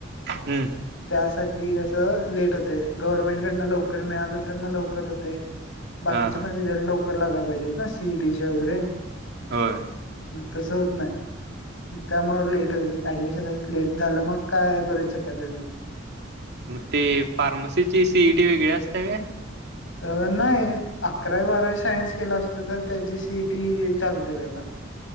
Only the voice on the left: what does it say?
त्यासाठी कसं लेट होते गव्हर्नमेंट कडनं लवकर मिळालं तर मग लवकर होतेय. बाकीचे
पण
रिझल्ट लवकर लागायला पाहिजेत ना सीईडीचे वगैरे
मग तसं होत नाही. त्या मग लेट ऍडमिशन लेट झालं मग काय करूच शकत त्या नाही.
अ नाही अकरावी बारावी सायन्स केला असलं तर त्याची सीईटी चालते त्याला <unintelligible>